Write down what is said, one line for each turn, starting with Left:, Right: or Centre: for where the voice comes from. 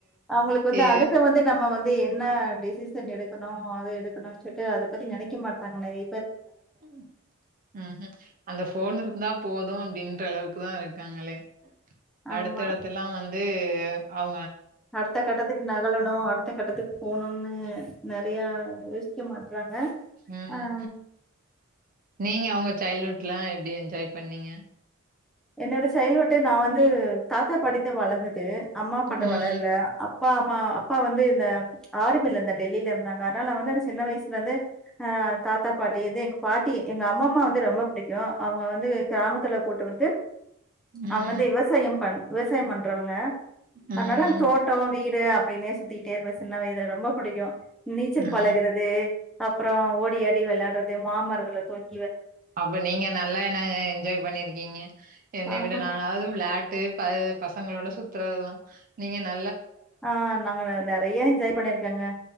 Centre: அவுங்களுக்கு வந்து
Right: எ
Centre: அடுத்த வந்து நம்ம வ வந்து என்ன டிெசிசன் எடுக்கணு அது எடுக்கணுனு சொல்ட்டு அத பத்தி நெனைக்க மாட்டாங்க மேரி
Right: ம் ம் அந்த ஃபோன் இருந்தா போதும் அப்படின்ற அளவுக்கு தா இருக்காங்களே
Centre: ஆமா.
Right: அடுத்தடத்துல்லா வந்து அவ
Centre: அடுத்த கட்டத்துக்கு நகழணு அடுத்த கட்டத்துக்கு போணுன்னு ம் நெறைய யோசிக்க மாட்டே சொல்றாங்க
Right: ம்.
Centre: ஆ
Right: நீங்க அவுங்க சைல்ட்ஹூட் எல்லா எப்படி என்ஜாய் பண்ணீங்க
Centre: என்னோட சைல்ட்ஹூட் நா வந்து தாத்தா பாட்டிட்ட வளந்துட்டு அம்மா அப்பாட்ட
Right: ம்.
Centre: வளர்ல அப்பா ம்மா அப்பா வந்து இந்த ஆருமில இந்த டெல்லில இருந்தாங்க அதனால நா வந்து அந்த சின்ன வயசுல இருந்தே அஹ் தாத்தா பாட்டி வந்து எங்க பாட்டி எங்க அம்மாம்மா வந்து ரொம்ப பிடிக்கு அவுங்க வந்து கிராமத்துல போட்டு வந்து
Right: ம். ம்.
Centre: அவுங்க வந்து விவசாயம் பண் விவசாயம் பண்றவங்க
Right: ம்.
Centre: அதனால அங்க தோட்டோ வீ வீடு அப்படின்னெ சுத்திட்டே இருப்ப சின்ன வயதுல ரொம்ப புடிக்கு நீச்சல்
Right: ம்.
Centre: பழகுறது அப்புறம் ஓடியாடி விளையாடுறது மாமரத்துல தொங்
Right: அப்ப நீங்க நல்லா என்ன என்ஜாய் பண்ணிருக்கீங்க என்னை
Centre: ஆமா.
Right: விட நானாவது வெளாட் டு பசங்களோட சுத்துறதுதா நீங்க ந
Centre: ஆஹ் நாங்க நெறயா என்ஜாய் பண்ணியிருக்கங்க